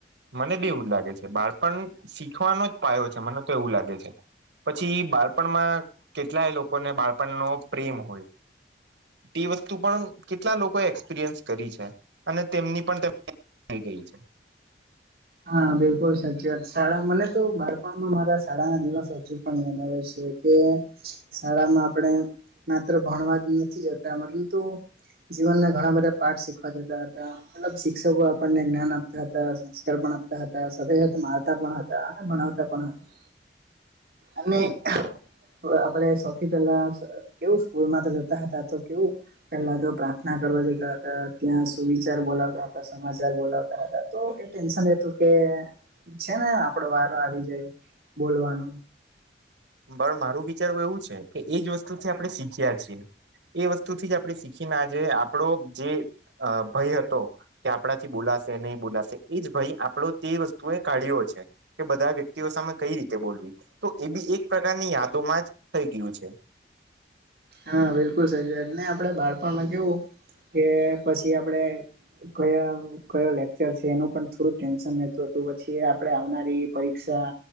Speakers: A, on the right (about 75°); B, on the right (about 55°).
A: મને બી એવુજ લાગે છે, બાળપણ શીખવાનો જ પાયો છે, મને તો એવું લાગે છે. પછી બાળપણમાં કેટલાય, લોકોને બાળપણનો પ્રેમ હોય તે વસ્તુ, પણ કેટલા લોકોએ એક્સપિરિયન્સ કરી છે. અને તેમની પણ થઈ ગઈ છે.
B: હા, બિલકુલ સાચી વાત. શાળા મને તો બાપણમાં મારા શાળા ના દિવસ હજુ, પણ યાદ આવે છે. કે-કે શાળામા, આપણે માત્ર ભણવા જ નથી જતા પરંતુ જીવન ના ઘણા બધા પાઠ શીખવા જતા હતા, મતલબ શિક્ષકો આપણને જ્ઞાન આપતા હતા. <unintelligible> આપતા હતા, સાથે મારતા પણ હતા અને ભણાવતા પણ હતા. અને
A: એ
B: પ આપડે સૌથી પહેલા બ કેવું સ્કૂલમા તો જતા હતા, તો કેવું પેલા તો પ્રાર્થના કરવા જતાં હતા, ત્યાં સુવિચાર બોલાવતા હતા, સમાચાર બોલાવતા હતા તો એટ ઈન્સાન એટેલું કે છેને, આપડો વાર આવી જાય બોલવાનો.
A: પણ મારું વિચારવું એવુ છે, કે એજ વસ્તુથી આપણે શીખ્યા છીએ. એ વસ્તુથી જ આપણે શીખીને આજે આપડો જે અહ ભય હતો, કે આપણાથી બોલા શે નહી, બોલાશે, ઈ જ ભય આપડો તે વસ્તુ એ કાઢ્યો છે, કે બધા વ્યક્તિઓ સામે કઈ રીતે બોલ <unintelligible> તો એ બી એક પ્રકારની યાદોમાં જ થઈ ગયું છે.
B: હા, બિલકુલ સાચી વાતને આપડે બાળપણમાં કેવું કે પછી આપડે કયા કયો લેક્ચર છે, એનું પણ થોડુંક ટેન્શન રહેતું હતુ, પછી આપડે આવનારી પરીક્ષ ક્ષા,